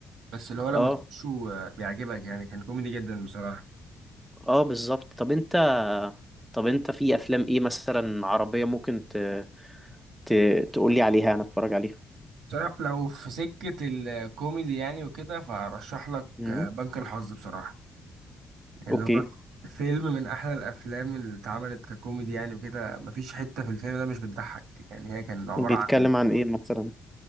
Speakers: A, on the right; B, in the centre.
A: بس اللي هو لما
B: اه
A: تخشه آه، بيعجبك يعني كان كوميدي جدا بصراحة
B: اه بالظبط طب انت طب انت في افلام ايه مثلا عربية ممكن ت... ت... تقولي عليها انا اتفرج عليها
A: بصراحة لو في سكة الكوميدي يعني وكده فأرشح لك
B: امم
A: آه، بنك الحظ بصراحة يعني
B: اوكي
A: هو فيلم من أحلى الأفلام اللي اتعملت ككوميدي يعني وكده مفيش حتة في الفيلم ده مش بتضحك يعني هي كان عبارة
B: بيتكلم
A: عن
B: عن ايه مثلا